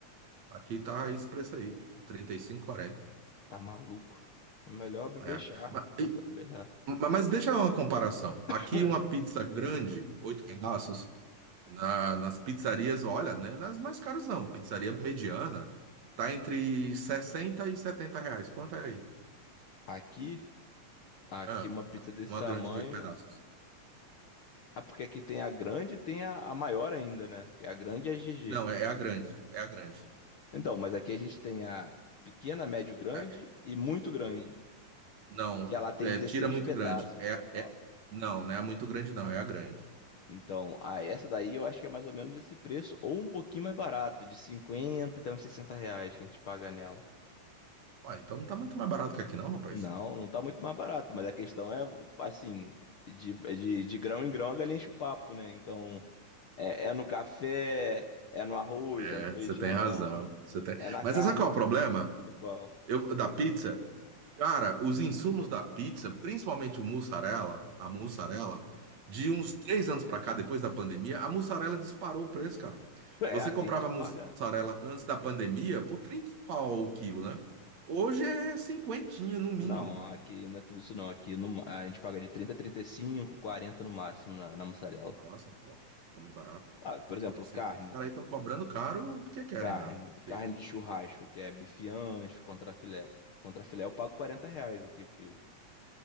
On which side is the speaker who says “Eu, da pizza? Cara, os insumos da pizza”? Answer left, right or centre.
Right